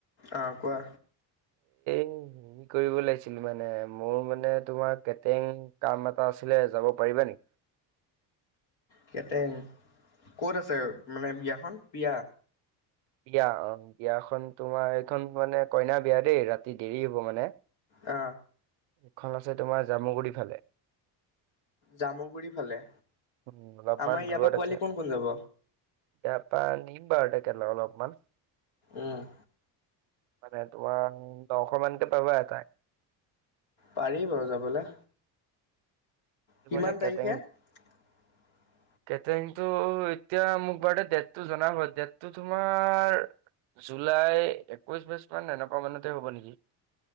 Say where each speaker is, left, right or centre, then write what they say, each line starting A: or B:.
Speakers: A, on the left; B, on the right.
A: অ কোৱা
B: <unintelligible> কৰিব লাগিছিল মানে মোৰ মানে তোমাৰ কেটেং কাম এটা আছিলে যাব পাৰিবা নি
A: কেটেং কত আছে মানে বিয়াখন বিয়া
B: বিয়া অ বিয়াখন তোমাৰ এইখন মানে কইনা বিয়া দেই ৰাতি দেৰি হ'ব মানে
A: অ
B: এইখন আছে তোমাৰ জামুগুৰি ফালে
A: জামুগুৰি ফালে
B: উম অলপমান
A: আমাৰ ইয়াৰ
B: দূৰত
A: পৰা পোৱালি
B: আছে ইয়াৰ
A: কোন কোন যাব
B: পা আনিম ঘৰতে খেলো অলপমান
A: উম
B: মানে তোমাৰ দশ মানকে পাবা এটা
A: পাৰি বাৰু যাবলে কিমান
B: মানে
A: তাৰিখে
B: কেতেং
A: <inaudible>
B: কেটাৰিংটো এতিয়া মোক বাৰু দে ডেটটো জনাবা হয় ডেটটো তোমাৰ। জুলাই একৈশ বাইছ মান এনেকুৱা মানতে হ'ব নেকি।